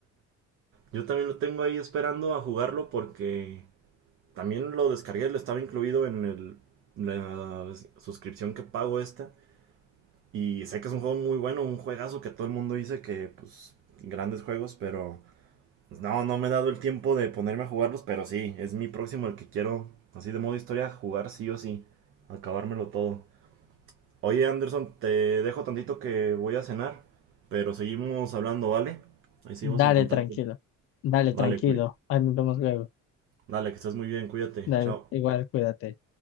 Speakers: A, on the right; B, on the left.
A: Yo también lo tengo ahí esperando a jugarlo porque también lo descargué, lo estaba incluido en el, la suscripción que pago esta. Y sé que es un juego muy bueno, un juegazo que todo el mundo dice que, pues, grandes juegos, pero pues, no, no me he dado el tiempo de ponerme a jugarlos, pero sí, es mi próximo el que quiero, así de modo historia, jugar sí o sí, acabármelo todo. Oye, Anderson, te dejo tantito que voy a cenar, pero seguimos hablando, ¿vale? Ahí seguimos
B: Dale,
A: en contacto.
B: tranquilo. Dale,
A: Vale,
B: tranquilo.
A: cuí-
B: Ahí nos vemos luego.
A: Dale, que estés muy bien, cuídate,
B: Dale,
A: chao.
B: igual, cuídate.